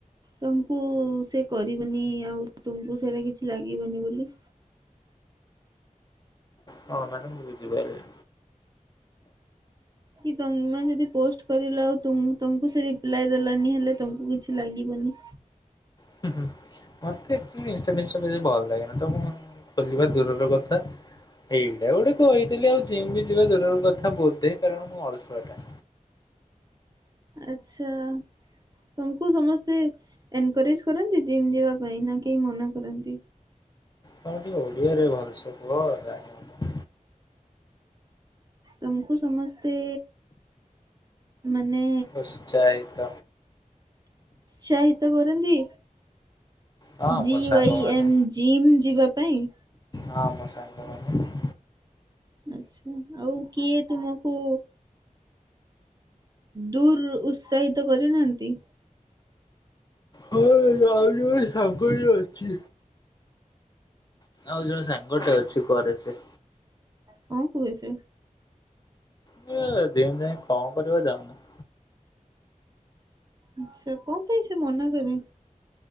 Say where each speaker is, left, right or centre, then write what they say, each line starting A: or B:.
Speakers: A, on the right (about 30°); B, on the left (about 30°).
A: ତମକୁ ସେ କରିବନି ଆଉ ତୁମକୁ ସେଇଟା କିଛି ଲାଗିବନି ବୋଲି।
B: ହଁ ମ୍ୟାଡ଼ାମ, ମୁଁ ବୁଝିପାଇଲିନି।
A: କି ତମେ ଯଦି ପୋଷ୍ଟ କରିଲ ଆଉ ତୁ ତମକୁ ସେ ରିପ୍ଲାଏ ଦେଲାନି ହେଲେ ତମକୁ କିଛି ଲାଗିବନି?
B: ହୁଁ ହୁଁ। ମୋତେ ଆକଚୁଆଲି ଇନଷ୍ଟା ଫିନିଷ୍ଟା ଟା ବେଶୀ ଭଲ ଲାଗେନା ତ ମୁ ଖୋଲିବା ଦୂରର କଥା ଏଇଟା ଗୋଟେ କହିଦେଲି ଆଉ ଯିମ ବି ଯିବା ଦୂରର କଥା ବୋଧେ କାରଣ ମୁଁ ଅଳସୁଆଟା।
A: ଆଛା। ତମକୁ ସମସ୍ତେ ଏନକରେଜ କରନ୍ତି ଜିମ୍ ଯିବା ପାଇଁ ନା କେହି ମନା କରନ୍ତି?
B: ତମେ ଟିକେ ଓଡ଼ିଆରେ ଭଲସେ କୁହ ଜାଣି
A: ତମକୁ ସମସ୍ତେ ମାନେ
B: ଉତ୍ସାହିତ।
A: ଚାହିତ୍ କରନ୍ତି?
B: ହଁ
A: ଜିୱାଇ
B: ମୋର ସାଙ୍ଗମାନେ
A: ଏମ ଜିମ୍ ଯିବା ପାଇଁ
B: ହଁ ମୋ ସାଙ୍ଗମାନେ।
A: ଆଛା ଆଉ କିଏ ତୁମକୁ ଦୂର ଉତ୍ସାହିତ କରିନାହାନ୍ତି।
B: ହଁ ଆଉ ଯ ସାଙ୍ଗରେ ଅଛି। ଆଉ ଗୋଟେ ସାଙ୍ଗଟେ ଅଛି କରେ ସେ
A: କଣ କୁହେ ସେ?
B: ଯେଁ ଜିମ୍ ଯାଇଙ୍କି କଣ କରିବ ଯାଉନ
A: ଆଚ୍ଛା କଣ ପାଇଁ ସେ ମନା କରେ?